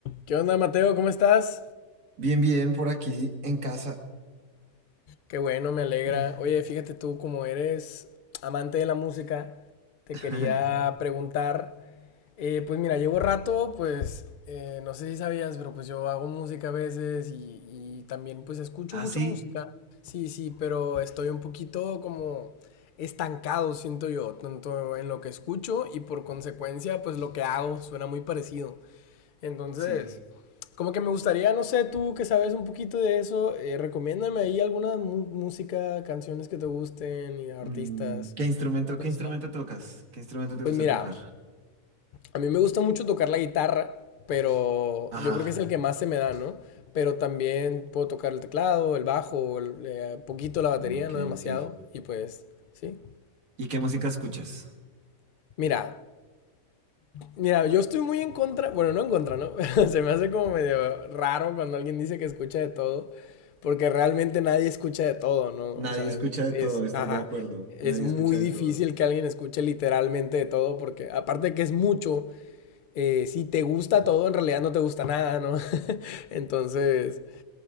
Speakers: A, on the left; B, on the right.
A: ¿Qué onda, Mateo? ¿Cómo estás?
B: Bien, bien, por aquí en casa.
A: Qué bueno, me alegra.
B: Mm,
A: Oye, fíjate tú, como eres amante de la música, te
B: <laughs>
A: quería preguntar, eh, pues mira, llevo rato, pues eh, no sé si sabías, pero pues yo hago música a veces y, y también pues escucho
B: Ah,
A: mucha
B: sí,
A: música, sí, sí, pero estoy un poquito como estancado, siento yo, tanto en lo que escucho y por consecuencia pues lo que hago suena muy parecido. Entonces,
B: sí.
A: como que me gustaría, no sé, tú que sabes un poquito de eso, eh, recomiéndame ahí alguna mu- música, canciones que te gusten y artistas,
B: mm, ¿Qué instrumento,
A: no
B: qué instrumento
A: sé.
B: tocas? ¿Qué instrumento te
A: Pues
B: gusta
A: mira,
B: tocar?
A: a mí me gusta mucho tocar la guitarra, pero
B: Ajá.
A: yo creo que es el que más se me da, ¿no? Pero también puedo tocar el teclado, el bajo, el- eh, poquito la batería,
B: no, Ok,
A: no demasiado,
B: ok.
A: y pues, sí.
B: ¿Y qué música escuchas?
A: Mira, Mira, yo estoy muy en contra, bueno, no en contra, ¿no? <laughs> se me hace como medio raro cuando alguien dice que escucha de todo, porque realmente nadie escucha de todo, ¿no?
B: Nadie
A: O sea,
B: escucha
A: es,
B: de
A: es,
B: todo, estoy
A: ajá,
B: de acuerdo.
A: es
B: Nadie
A: muy
B: escucha
A: difícil
B: de todo.
A: que alguien escuche literalmente de todo, porque aparte de que es mucho, eh, si te gusta todo, en realidad no te gusta nada, ¿no? <laughs> Entonces,